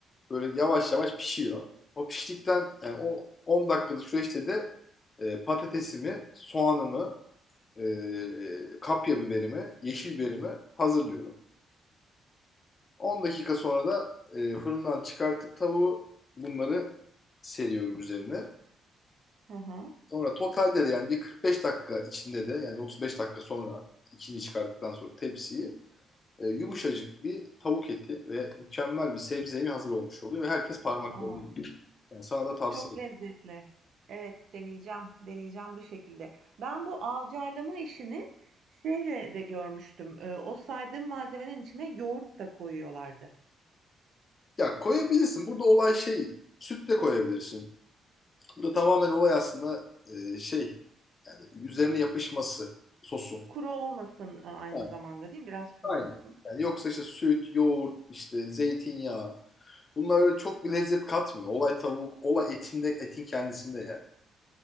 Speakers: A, on the left; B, on the right.
A: böyle yavaş yavaş pişiyor. O piştikten yani o 10 dakikalık süreçte de e, patatesimi, soğanımı, e, kapya biberimi, yeşil biberimi hazırlıyorum. 10 dakika sonra da e, fırından çıkartıp tavuğu bunları seriyorum üzerine.
B: Hı hı.
A: Sonra totalde de yani bir 45 dakika içinde de yani 35 dakika sonra içini çıkardıktan sonra tepsiyi e, yumuşacık bir tavuk eti ve mükemmel bir sebze yemi hazır olmuş oluyor ve herkes parmaklarını
B: Aa,
A: yiyor. Yani sana da tavsiye
B: çok
A: ederim.
B: lezzetli. Evet, deneyeceğim. Deneyeceğim bu şekilde. Ben bu avcarlama işini şeyle de görmüştüm. Ee, o saydığım malzemenin içine yoğurt da koyuyorlardı.
A: Ya koyabilirsin. Burada olay şey süt de koyabilirsin. Burada tamamen olay aslında e, şey üzerine yapışması sosun.
B: Kuru olmasın e, aynı
A: Yani,
B: zamanda değil mi? Biraz sulu
A: aynen.
B: olsun.
A: Yani yoksa işte süt, yoğurt, işte zeytinyağı bunlar öyle çok bir lezzet katmıyor. Olay tavuk, olay etinde, etin kendisinde yani.